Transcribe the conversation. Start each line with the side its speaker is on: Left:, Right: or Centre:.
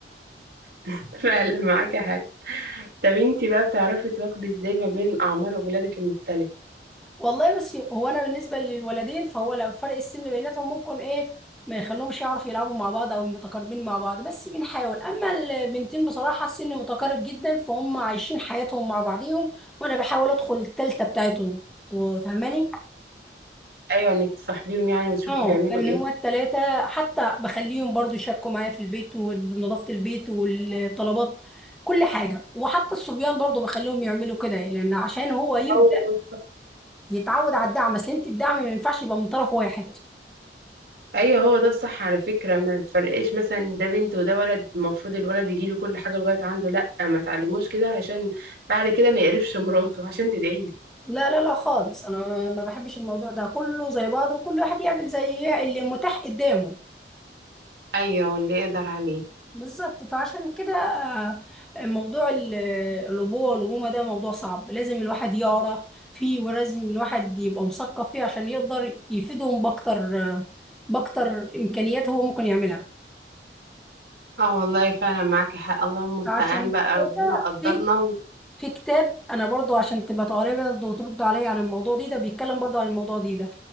Right: <laughs> فعلا معاكي حاجه طب انتي بقى بتعرفي تواكبي ازاي ما بين اعمار ولادك المختلفه
Centre: والله بس هو انا بالنسبه للولدين فهو لو فرق السن بيناتهم ممكن ايه ما يخليهمش يعرفوا يلعبوا مع بعض او متقاربين مع بعض بس بنحاول اما البنتين بصراحه السن متقارب جدا فهم عايشين حياتهم مع بعضيهم وانا بحاول ادخل التالتة بتاعتهم فاهماني
Right: ايوه انك تصاحبيهم يعني وتشوفي
Centre: اه
Right: بيعملوا
Centre: ان
Right: ايه
Centre: هو التلاتة حتى بخليهم برضو يشاركوا معايا في البيت ونظافه البيت والطلبات كل حاجه وحتى الصبيان برضو بخليهم يعملوا كده لان عشان هو يبدا
Right: أيوة
Centre: يتعود على الدعم بس انت الدعم ما ينفعش يبقى من طرف واحد
Right: ايوه هو ده الصح على فكره ما تفرقش مثلا ده بنت وده ولد المفروض الولد يجي له كل حاجه لغايه عنده لا ما تعلموش كده عشان بعد كده ما يقرفش مراته عشان تدعي لي
Centre: لا لا لا خالص انا ما بحبش الموضوع ده كله زي بعضه وكل واحد يعمل زي اللي متاح قدامه
Right: ايوه واللي يقدر عليه
Centre: بالظبط فعشان كده آه، موضوع ال- الابوه والامومه ده موضوع صعب لازم الواحد يقرا فيه ولازم الواحد يبقى مثقف فيه عشان يقدر يفيدهم باكتر آه، باكتر امكانيات هو ممكن يعملها
Right: اه والله فعلا معاكي حق اللهم المستعان
Centre: عشان
Right: بقى
Centre: كده
Right: ربنا قدرنا
Centre: في في كتاب انا برضو عشان تبقى تقريبا برضو وترد عليا عن الموضوع دي ده بيتكلم برضو عن الموضوع دي ده